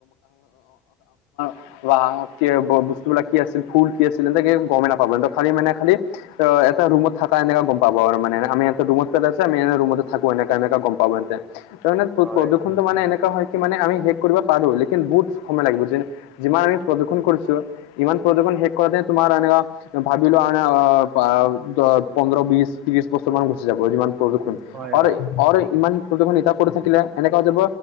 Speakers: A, on the left; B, on the right.
A: <unintelligible> বা কি বস্তুবিলাক কি আছিল, ফুল কি আছিল এনে গমেই নাপাব, খালি মানে খালি ত' এটা ৰুমত থাকা এনেকা গম পাব আৰু মানে আমি এটা ৰুমত পেলাই আছোঁ আ, এনে ৰুমত থাকো এনেকা এনেকা গম পাব এনেতে। ত' মানে
B: হয়,
A: প্ৰদূষণটো মানে এনেকা হয় কি মানে আমি শেষ কৰিব পাৰো, লেকিন বহুত সময় লাগিব যে যিমান আমি প্ৰদূ্ষন কৰিছোঁ, ইমান প্ৰদূ্ষন শেষ কৰাতে তোমাৰ এনেকা ভাবিলো আৰু বা দ পোন্ধৰ, বিশ, ত্ৰিশ বছৰ মান গুচি যাব যিমান প্ৰদূক্ষণ
B: হয়,
A: আৰু
B: হয়,
A: আৰু ইমান প্ৰদূষন এতিয়া কৰি থাকিলে এনেকা হৈ যাব